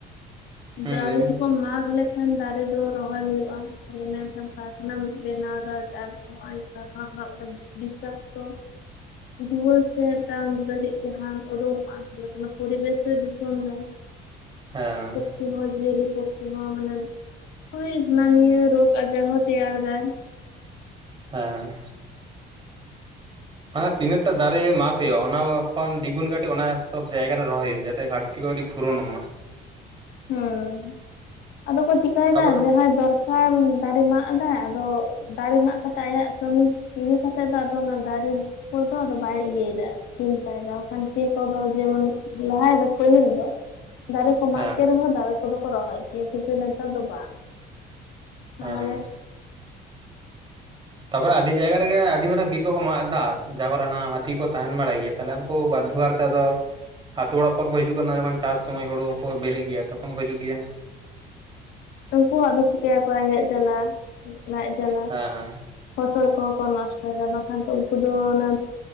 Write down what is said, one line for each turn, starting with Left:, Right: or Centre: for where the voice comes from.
Right: ᱦᱩᱸ
Left: ᱫᱟᱨᱮ
Right: ᱞᱟᱹᱭᱵᱤᱱ
Left: ᱡᱚᱠᱷᱚᱱ ᱢᱟᱜ ᱞᱮ ᱠᱷᱟᱱ ᱫᱟᱨᱮ ᱫᱚ ᱨᱚᱦᱚᱭ ᱦᱩᱳᱩᱜᱼᱟ ᱛᱟᱦᱚᱞᱮ ᱢᱮᱱᱠᱷᱟᱱ ᱠᱟᱨᱠᱷᱟᱱᱟᱢ ᱵᱮᱱᱟᱣ ᱫᱟ ᱱᱚᱜ-ᱚᱭ ᱠᱟᱨᱠᱷᱟᱱᱟ ᱠᱷᱚᱱᱟᱜ ᱢᱤᱫᱴᱟᱝ ᱵᱤᱥᱟᱠᱛᱚ ᱫᱩᱣᱟᱹᱨ ᱥᱮ ᱢᱤᱫᱴᱟᱝ ᱫᱟᱹᱨᱤᱡ ᱡᱟᱦᱟᱸ ᱩᱰᱩᱝᱚᱜᱼᱟ <unintelligible> ᱯᱚᱨᱵᱮᱥ ᱮ ᱫᱩᱥᱚᱱ ᱫᱟ
Right: ᱦᱮᱸ
Left: ᱛᱤ ᱦᱚᱸ ᱡᱤᱭᱟᱹᱞᱤ <unintelligible> ᱱᱚᱣᱟ ᱢᱟᱱᱮ ᱦᱳᱭ ᱦᱟᱱᱟ ᱱᱤᱭᱟᱹ ᱨᱳᱜᱽ ᱟᱡᱟᱨ ᱦᱚᱸ ᱛᱮᱭᱟᱨ ᱫᱟᱭ
Right: ᱦᱮᱸ ᱢᱟᱱᱮ ᱛᱤᱱᱟᱹᱜ ᱴᱟ ᱫᱟᱨᱮ ᱢᱟᱜᱽ ᱦᱩᱭᱩᱜᱼᱟ ᱚᱱᱟ ᱠᱷᱚᱱ ᱫᱤᱜᱩᱱ ᱠᱟᱹᱴᱤᱡ ᱚᱱᱟ ᱥᱚᱵ ᱡᱟᱭᱜᱟ ᱨᱮ ᱨᱚᱦᱚᱭ ᱦᱩᱭᱩᱜᱼᱟ ᱡᱟᱛᱮ ᱜᱷᱟᱴ᱾ ᱛᱤ ᱯᱷᱩᱨᱚᱱᱚᱜ ᱢᱟ᱾
Left: ᱦᱮᱸ ᱟᱫᱚ ᱠᱚ ᱪᱤᱠᱟᱭᱫᱟ
Right: ᱛᱟᱯᱚᱨᱮ
Left: ᱡᱟᱦᱟᱸᱭ ᱫᱚᱨ ᱠᱟᱨ ᱫᱟᱨᱮ ᱢᱟᱜ ᱫᱟᱭ ᱟᱫᱚ ᱫᱟᱨᱮ ᱢᱟᱜ ᱠᱟᱛᱮᱜ ᱟᱭᱟᱜ ᱠᱟᱹᱢᱤ ᱤᱭᱟᱹ ᱠᱟᱛᱮᱜ ᱫᱚ ᱟᱫᱚ ᱚᱱᱟ ᱫᱟᱨᱮ ᱫᱚ ᱟᱫᱚ ᱵᱟᱭ ᱤᱭᱟᱹᱭᱮᱫᱟ᱾ ᱪᱤᱱᱛᱟᱭᱫᱟ ᱵᱟᱠᱷᱟᱱ ᱠᱮᱹ ᱠᱚᱫᱚ ᱡᱮᱢᱚᱱ ᱞᱟᱦᱟᱭ ᱫᱚ ᱯᱟᱹᱦᱤᱞ ᱫᱚ ᱫᱟᱨᱮ ᱠᱚ
Right: ᱦᱮᱸ
Left: ᱢᱟᱜ ᱠᱮᱫ ᱨᱮᱦᱚᱸ ᱫᱟᱨᱮ ᱠᱚᱫᱚ ᱠᱚ ᱨᱚᱦᱚᱭ ᱜᱮᱭᱟ ᱠᱤᱱᱛᱩ ᱱᱮᱛᱟᱨ ᱫᱚ ᱵᱟᱝ᱾ ᱛᱟᱦᱚᱞᱮ
Right: ᱦᱮᱸ ᱛᱟᱯᱚᱨᱮ ᱟᱹᱰᱤ ᱡᱟᱭᱜᱟ ᱨᱮᱜᱮ ᱟᱹᱰᱤ ᱢᱟᱨᱟᱝ ᱵᱤᱨ ᱠᱚᱠᱚ ᱢᱟᱜ ᱮᱫᱟ ᱛᱟᱯᱚᱨ ᱚᱱᱟ ᱦᱟᱹᱛᱤ ᱠᱚ ᱛᱟᱦᱮᱱ ᱵᱟᱲᱟᱭ ᱜᱮᱭᱟ ᱛᱟᱦᱚᱞᱮ ᱩᱱᱠᱩ ᱵᱟᱫᱽᱫᱷᱚ ᱠᱟᱨᱛᱮ ᱟᱫᱚ ᱟᱛᱳ ᱚᱲᱟᱜ ᱠᱚᱨᱮ ᱠᱚ ᱦᱤᱡᱩᱜ ᱠᱟᱱᱟ ᱡᱚᱠᱷᱚᱱ ᱪᱟᱥ ᱥᱚᱢᱚᱭ ᱦᱩᱲᱩ ᱠᱚ ᱵᱮᱞᱮᱜ ᱜᱮᱭᱟ ᱛᱚᱠᱷᱚᱱ ᱠᱚ ᱦᱤᱡᱩᱜ ᱜᱮᱭᱟ᱾
Left: ᱩᱱᱠᱩ ᱟᱫᱚ ᱪᱤᱠᱟᱹᱭᱟᱠᱚ ᱨᱮᱸᱜᱮᱡ ᱡᱟᱞᱟ ᱞᱟᱡ ᱡᱟᱞᱟ
Right: ᱦᱮᱸ
Left: ᱯᱷᱚᱥᱚᱞ ᱠᱚᱦᱚᱸ ᱠᱚ ᱱᱚᱥᱴᱚᱭᱮᱫᱟ ᱵᱟᱝᱠᱷᱟᱱ ᱛᱚ ᱩᱱᱠᱩ ᱫᱚ ᱚᱱᱟ